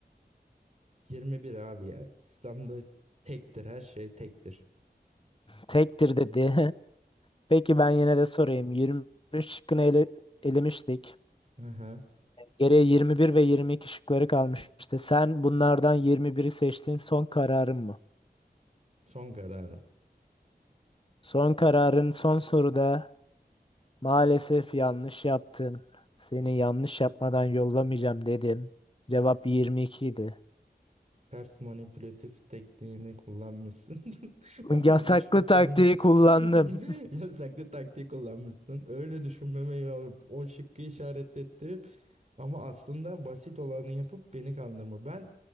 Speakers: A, on the right (about 40°); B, on the left (about 30°).
A: yirmi bir abi ya. İslam'da tektir her şey tektir.
B: Tektir dedi. <laughs> Peki ben yine de sorayım. 23 şıkkını ele, elemiştik.
A: Hı hı.
B: Geriye 21 ve 22 şıkları kalmıştı. Sen bunlardan 21'i seçtin. Son kararın mı?
A: Son kararım.
B: Son kararın son soruda maalesef yanlış yaptın. Seni yanlış yapmadan yollamayacağım dedim. Cevap 22 idi.
A: Ters manipülatif tekniğini kullanmışsın. <laughs> Onu
B: Yasaklı
A: düşüneceğini.
B: taktiği kullandım.
A: <laughs> Yasaklı taktiği kullanmışsın. Öyle düşünmemeyi alıp o şıkkı işaret ettirip ama aslında basit olanı yapıp beni kandırma. Ben